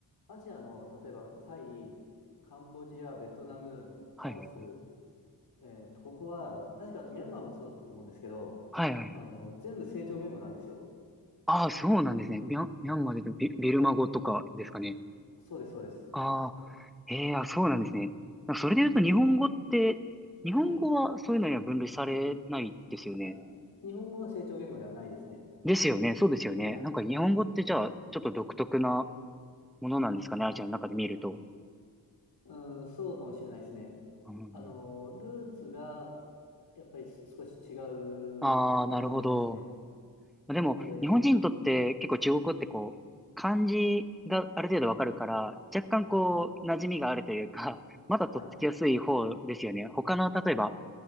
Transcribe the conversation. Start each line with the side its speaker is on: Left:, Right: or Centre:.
Left: アジアの、例えば、サイ、カンボジア、ベトナム、ラオス、
Centre: はい
Left: えっと、ここは、確かあとミャンマーもそうだったと思うんですけど、
Centre: はいはい。
Left: あの、全部成長言語なんですよ。
Centre: ああ、そうなんですね。ミャン、ミャンマーで言うとビ、ビルマ語とかですかね。
Left: そうです、そうです。
Centre: ああ、ええ、あ、そうなんですね。それで言うと日本語って、
Left: で、
Centre: 日本語はそういうのには分類されないですよね。
Left: はい。あ、日本語は成長言語ではないですね。
Centre: ですよね。そうですよね。
Left: はい。
Centre: なんか日本語ってじゃあ、ちょっと独特なものなんですかね。アジアの中で見ると。
Left: うん、そうかもしれないですね。
Centre: うん、
Left: あの、ルーツが、やっぱりす少し違
Centre: ああ、
Left: うんだと思いますね。
Centre: なるほど。でも、
Left: で、
Centre: 日本人にとって結構中国語ってこう、
Left: ま、
Centre: 漢字がある程度わかるから、若干こう、
Left: はい。
Centre: 馴染みがあるというか、まだとっつきやすい方ですよね。
Left: はい。
Centre: 他の、例えば、